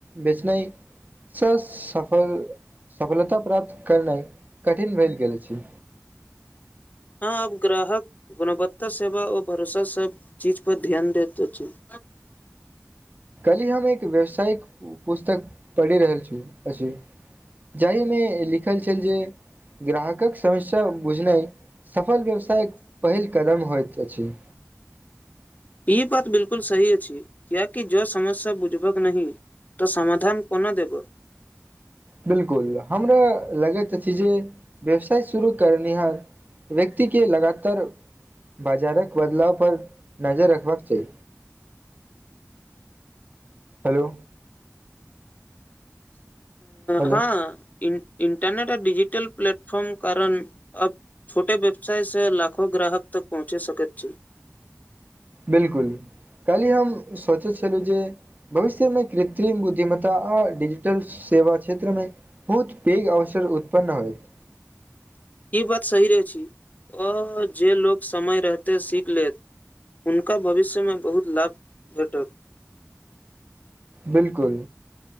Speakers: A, on the right (about 35°); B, on the left (about 30°).
A: बेचनाइ स सफल सफलता प्राप्त करनाइ कठिन भेल गेल छै।
B: <inaudible> हँ आब ग्राहक गुणवत्ता सेवा औ भरोसा सब चीज पर ध्यान देत अछि <unintelligible>
A: की हम एक व्यावसायिक पुस्तक पढ़ि रहल छी अछि जाहि मे लिखल छल जे ग्राहकक समस्या बुझनाइ सफल व्यवसायक पहिल कदम होइत अछि
B: ई बात बिलकुल सही अछि किआकि जो समस्या बुझबक नहि तऽ समाधान कोनो देब
A: बिलकुल हमरा लगैत अछि जे व्यवसाय शुरू करनिहार व्यक्ति के लगातर बाजारक बदलाव पर नजर रखबाक चाही हेलो हेलो
B: हँ इ इंटरनेट आ डिजिटल प्लेटफॉम कारण अब छोटे व्यवसाय से लाखो ग्राहक तक तक पहुँचे सकैत छी
A: बिलकुल काल्हि हम सोचैत छलहुँ जे भविष्यमे कृत्रिम बुद्धिम्ता आ डिजिटल सेवा क्षेत्र में बहुत पैघ अवसर उत्पन्न होयत
B: <inaudible> ई बात सही रहै छै आ जे लोक समय रहतै सीख लेत हुनका भविष्यमे बहुत लाभ भेटत
A: बिलकुल